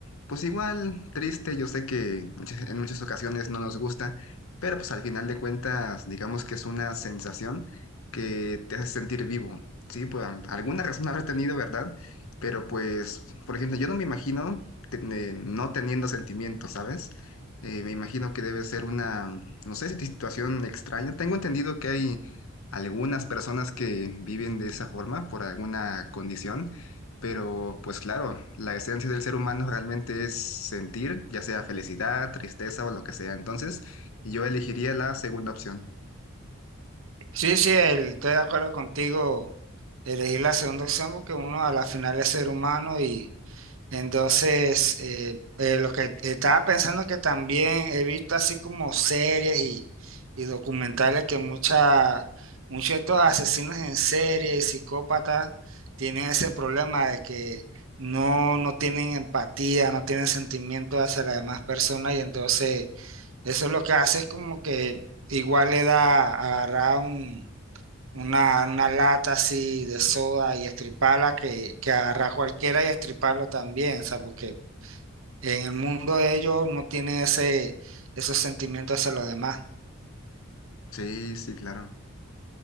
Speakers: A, on the left; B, on the right.
A: pues igual, triste. Yo sé que muchas- en muchas ocasiones no nos gusta, pero pues al final de cuentas, digamos que es una sensación que te hace sentir vivo, ¿sí? Pues alguna razón <laughs> habrá tenido, ¿verdad? Pero pues, por ejemplo, yo no me imagino te- eh, no teniendo sentimientos, ¿sabes? Eh, me imagino que debe ser una, no sé, si situación extraña. Tengo entendido que hay algunas personas que viven de esa forma por alguna condición, pero pues claro, la esencia del ser humano realmente es sentir, ya sea felicidad, tristeza o lo que sea. Entonces, yo elegiría la segunda opción.
B: Sí, sí, el- estoy de acuerdo contigo, elegir la segunda opción porque uno a la final es ser humano y Entonces, eh, eh, lo que estaba pensando que también he visto así como series y, y documentales que mucha, muchos de estos asesinos en serie y psicópatas tienen ese problema de que no, no tienen empatía, no tienen sentimiento hacia las demás personas y entonces eso lo que hace es como que igual le da agarrar un una, una lata así de soda y estriparla que, que agarrar cualquiera y estriparlo también, o sea, porque en el mundo de ellos no tienen ese, esos sentimientos hacia los demás.
A: Sí, sí, claro.